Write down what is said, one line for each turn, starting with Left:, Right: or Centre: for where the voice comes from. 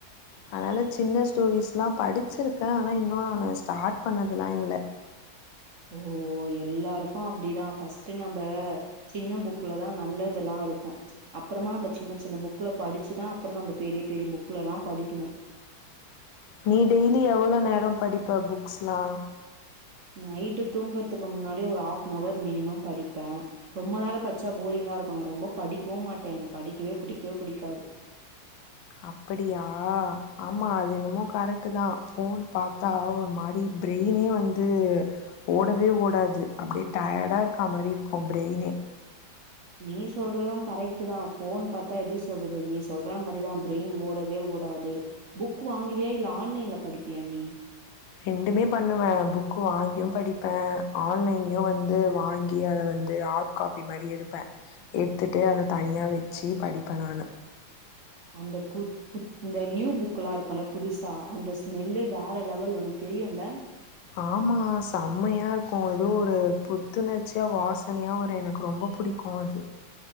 Left: அதனால சின்ன ஸ்டோரிஸ்லாம் படிச்சிருக்கேன் ஆனா இன்னும் நான் ஸ்டார்ட் பண்ணதுல்லா இல்ல
Right: ஓ எல்லாருக்கு அப்டிதான் ஃபஸ்ட்டு நம்ப சின்ன புக்லதான் நல்லதெல்லா இருக்கும் அப்புறமா நம்ம சின்ன சின்ன புக்ல படிச்சுதான் அப்புறம் நம்ம பெரிய பெரிய புக்லலாம் படிக்கணும்
Left: நீ டெய்லி எவ்ளோ நேரம் படிப்ப புக்ஸ்லாம்
Right: நைட்டு தூங்குறதுக்கு முன்னாடி ஒரு ஹாஃப்னவர் மினிமம் படிப்பேன் ரொம்ப நேர பச்சா போரிங்கா இருக்கு நான் ரொம்ப படிக்கவும் மாட்டேன் எனக்கு படிக்கவே புடிக்கவே புடிக்காது
Left: அப்படியா ஆமா அது என்னமோ கரெக்ட்டு தான் ஃபோன் பாத்தா ஒரு மாரி பிரெய்னே வந்து ஓடவே ஓடாது அப்டியே டயர்டா இருக்கா மாரி இருக்கும் பிரெய்னே
Right: நீ சொல்றதும் கரெக்ட்டு தான் ஃபோன் பாத்தா எப்டி சொல்றது நீ சொல்ற மாரிதான் பிரெயின் ஓடவே ஓடாது புக் வாங்குவியா இல்ல ஆன்லைன்ல படிப்பியா நீ
Left: ரெண்டுமே பண்ணுவேன் புக்கு வாங்கியும் படிப்பேன் ஆன்லைன்லயும் வந்து வாங்கி அத வந்து ஹாட் காப்பி மாரி எடுப்பேன் எட்த்துட்டு அதை தனியா வச்சு படிப்பேன் நானு
Right: அந்த பு பு இந்த நியூ புக்லாம் இருக்கும்ல்ல புதுசா அந்த ஸ்மெல்லே வேற லெவல் ஒண்ணு தெரியும்ல
Left: ஆமா செம்மையா இருக்கும் எதோரு புத்துணர்ச்சியா வாசனையா வரும் எனக்கு ரொம்ப புடிக்கும் அது